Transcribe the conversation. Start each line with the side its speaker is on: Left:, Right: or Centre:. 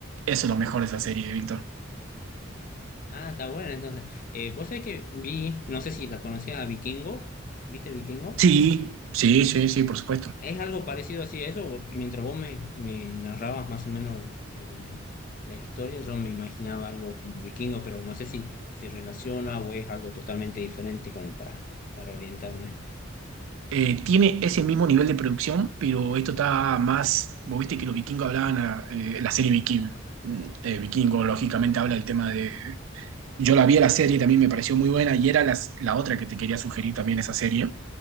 Right: Eso es lo mejor de esa serie, Víctor.
Left: Ah, está bueno, entonces. Eh, vos sabés que vi, no sé si la conocías a Vikingo, ¿viste Vikingo?
Right: Sí, sí, sí, sí, por supuesto.
Left: Es algo parecido así a eso. Mientras vos me, me narrabas más o menos el- la historia, yo me imaginaba algo como vikingo, pero no sé si se relaciona o es algo totalmente diferente como para, para orientarme.
Right: Eh, tiene ese mismo nivel de producción, pero esto está más, vos viste que los vikingos hablaban, a- eh, la serie Viking, mm, eh, Vikingo, lógicamente habla del tema de... Yo la vi a la serie y también me pareció muy buena y era las- la otra que te quería sugerir también esa serie,